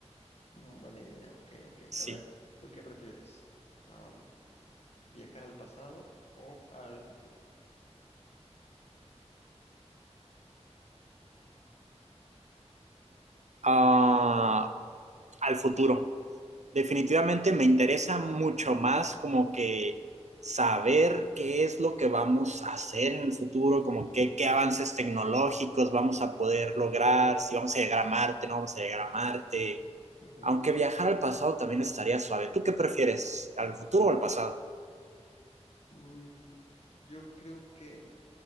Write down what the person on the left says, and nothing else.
Mm, buena idea. Ok, ok.
A ver, ¿tú qué prefieres? Um, viajar al pasado o al futuro.
Futuro
por...
Ujú.
Mm, yo creo que